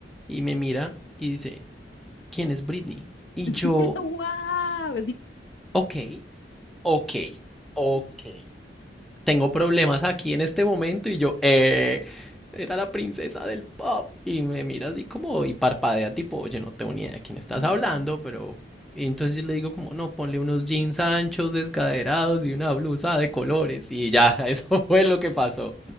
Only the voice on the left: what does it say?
<laughs>
¡Guau! Así.
<laughs>